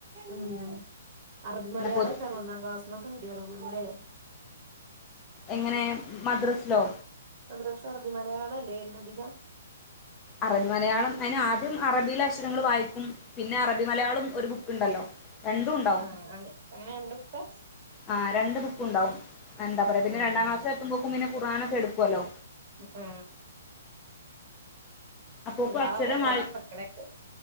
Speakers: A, on the right; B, on the left.
A: ഉം. അറബി മലയാളേക്കാരം
B: പൊതു
A: ഒന്നാം ക്ലാസ്ന്നൊക്കെ വെരാ തോന്ന്ണ്ല്ലേ.
B: എങ്ങനെ മദ്രസ് ലോ?
A: മദ്രസ് അറബി മലയാളല്ലേ, വെര്ന്നത് അധികം.
B: അറബി മലയാളം, ഐന് ആദ്യം അറബിയില് അക്ഷരങ്ങള് വായിക്കും. പിന്നെ അറബി മലയാളം ഒരു ബുക്ക്ണ്ടല്ലോ രണ്ടൂണ്ടാവും.
A: ആഹ് അങ്ങ അങ്ങനെ കണ്ട് ബുക്കാ
B: ആ, രണ്ടു ബുക്കും ഉണ്ടാവും. എന്താ പറയാ, പിന്നെ
A: ആഹ്
B: രണ്ടാം ക്ല്സ് ല് എത്ത്മ്പോക്കും പിന്നെ ഖുർആനൊക്കെ എടുക്കല്ലോ.
A: ആ.
B: അപ്പോക്കും
A: പാവം
B: അക്ഷരമായി
A: തോന്നും മക്കളൊക്കെ